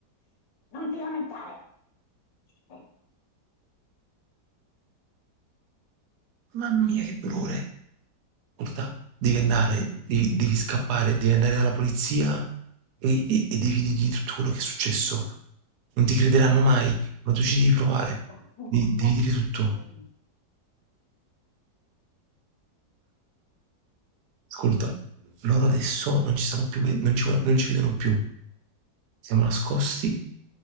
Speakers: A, on the left (about 80°); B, on the right (about 70°).
A: Non ti lamentare! Ci sento.
B: Mamma mia, che dolore. Ascolta, devi andare, devi, devi scappare, devi andare dalla polizia e, e- e devi dirgli tutto quello che è successo. Non ti crederanno mai, ma tu ci devi provare.
A: No, boom,
B: Devi, devi dire tutto.
A: boom.
B: Ascolta, loro adesso non ci stanno più, ve- non ci, guard- non ci vedono più. Siamo nascosti,